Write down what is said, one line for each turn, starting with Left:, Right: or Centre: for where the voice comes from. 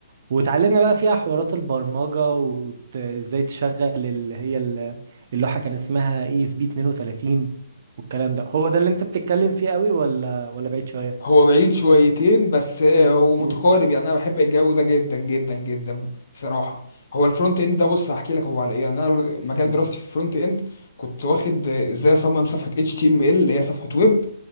Right: وتعلمنا بقى فيها حوارات البرمجة وازاي تشغل اللي هي ال- اللوحة كان اسمها اي اس بي 32 والكلام ده هو ده اللي انت بتتكلم فيه قوي ولا ولا بعيد شوية
Left: هو بعيد شويتين بس آه، هو متقارب
Right: مم.
Left: يعني انا بحب الجو ده جدا جدا جدا بصراحه هو الفرونت اند ده بص هحكي لك هو على ايه يعني انا مجال
Right: قول.
Left: دراستي في الفرونت اند كنت واخد آه، ازاي اصمم صفحه اتش تي ام ال اللي هي صفحه ويب